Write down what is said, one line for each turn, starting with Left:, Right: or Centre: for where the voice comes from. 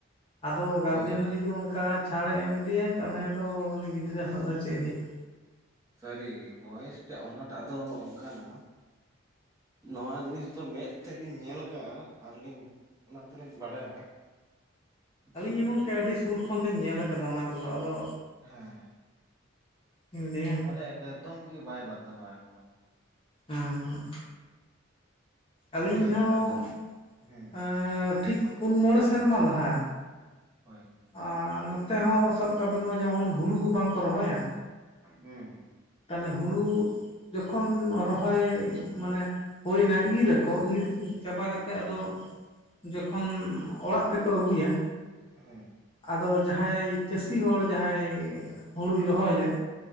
Left: ᱟᱫᱚ ᱜᱟᱨᱡᱮᱱ
Right: ᱦᱳᱭ
Left: ᱦᱚᱸ ᱡᱩᱚᱫᱤ ᱚᱱᱠᱟ ᱪᱷᱟᱲ ᱮ ᱮᱢ ᱤᱫᱤᱭᱟᱭ ᱛᱟᱦᱚᱞᱮ ᱫᱚ ᱩᱱᱤ ᱜᱤᱫᱽᱨᱟᱹ ᱟᱜ ᱫᱚ ᱪᱮᱫ ᱦᱩᱭᱩᱜ
Right: ᱥᱟᱹᱨᱤ ᱜᱮ ᱵᱚᱭᱮᱥ ᱴᱟᱜ ᱚᱱᱟᱴᱟᱜ ᱫᱚ ᱚᱱᱠᱟᱱᱟ ᱱᱚᱣᱟ ᱡᱤᱱᱤᱥ ᱫᱚ ᱢᱮᱫ ᱛᱮᱞᱤᱧ ᱧᱮᱞ ᱠᱟᱜᱼᱟ ᱟᱨᱞᱤᱧ ᱚᱱᱟ ᱛᱮᱞᱤᱧ ᱵᱟᱰᱟᱭᱟ ᱡᱮ
Left: ᱟᱹᱞᱤᱧ
Right: ᱵᱚᱞᱮ
Left: ᱦᱚᱸ ᱜᱚᱝᱠᱮ ᱟᱹᱰᱤ ᱥᱩᱨ ᱠᱷᱚᱱᱞᱤᱧ ᱧᱮᱞ ᱠᱟᱫᱟ ᱚᱱᱟ ᱠᱚᱫᱚ ᱟᱫᱚ
Right: ᱦᱮᱸ
Left: ᱤᱧ ᱞᱟᱹᱭᱟ
Right: ᱵᱚᱞᱮ ᱮᱠᱫᱚᱢ ᱜᱮ ᱵᱟᱭ ᱵᱟᱛᱟᱣᱟ ᱮᱠᱫᱚᱢ
Left: ᱦᱩᱸ ᱦᱩᱸ ᱟᱹᱞᱤᱧ
Right: ᱢᱚᱱᱮ ᱜᱮ
Left: ᱦᱚᱸ
Right: ᱵᱟᱭ ᱵᱟᱛᱟᱣᱟ ᱦᱩᱸ
Left: ᱮ ᱴᱷᱤᱠ ᱯᱩᱱ ᱢᱚᱬᱮ ᱥᱮᱨᱢᱟ ᱞᱟᱦᱟ
Right: ᱦᱳᱭ
Left: ᱟᱨ ᱱᱚᱛᱮ ᱦᱚᱸ ᱥᱟᱵ ᱠᱟᱜ ᱵᱤᱱ ᱱᱚᱜᱚᱭ ᱡᱮᱢᱚᱱ ᱦᱩᱲᱩ ᱵᱟᱝᱠᱚ ᱨᱚᱦᱚᱭᱟ
Right: ᱦᱩᱸ ᱦᱩᱸ
Left: ᱛᱟᱦᱚᱞᱮ ᱦᱩᱲᱩ ᱡᱚᱠᱷᱚᱱ ᱨᱚᱦᱚᱭ ᱢᱟᱱᱮ ᱦᱩᱭᱱᱟ ᱤᱨ ᱟᱠᱚ ᱤᱨ ᱪᱟᱵᱟ ᱠᱟᱛᱮᱫ ᱟᱫᱚ ᱡᱚᱠᱷᱚᱱ ᱚᱲᱟᱜ ᱛᱮᱠᱚ ᱟᱹᱜᱩᱭᱟ
Right: ᱦᱩᱸ
Left: ᱟᱫᱚ ᱡᱟᱦᱟᱸᱭ ᱪᱟᱹᱥᱤ ᱦᱚᱲ ᱡᱟᱦᱟᱸᱭ ᱦᱩᱲᱩᱭ ᱨᱚᱦᱚᱭ ᱞᱮᱫ